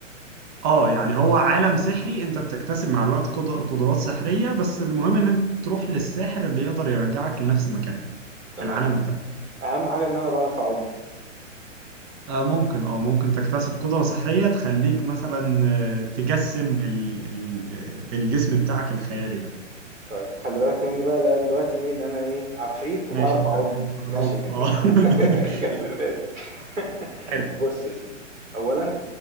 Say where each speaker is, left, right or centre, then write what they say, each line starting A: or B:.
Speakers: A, on the right; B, on the right.
A: اه يعني هو عالم سحري انت بتكتسب مع الوقت قد- قدرات سحرية بس المهم ان انت تروح للساحر اللي يقدر يرجعك لنفس مكانك
B: تمام،
A: العالم بتاعك
B: أهم حاجة إن أنا باعرف أعُض.
A: آه ممكن اه ممكن تكتسب قدرة سحرية تخليك مثلا آه، تجسم ال ال الجسم بتاعك الخيالي ده
B: طيب خلي بالك مني بقى لقى دلوقتي ايه ان انا ايه عفريت
A: ماشي
B: وبعرف
A: انت
B: اعض
A: انت بتعض
B: ماشي <laughs>
A: اه <laughs>
B: خلي بالك <laughs>
A: حلو
B: بص يا سيدي اولا